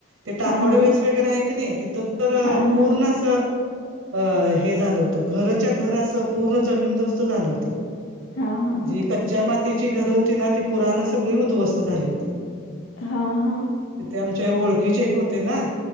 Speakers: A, on the right (about 85°); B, on the left (about 80°).
A: ते टाकोड
B: हा हा
A: वेस वगैरे आहे की नाही. तिथं तर
B: हा
A: पूर्ण
B: हा
A: असं. अ हे झालं होत घराच्या घरा असं पूर्ण जमीन दोस्त झालं होत.
B: हां, हां,
A: जी
B: हां.
A: कच्च्या मातीची घरं होती ना ती पुराणं सगळी उद्ध्वस्त झाली होती.
B: हा हा
A: ते ते आमच्या ओळखीचे एक होते ना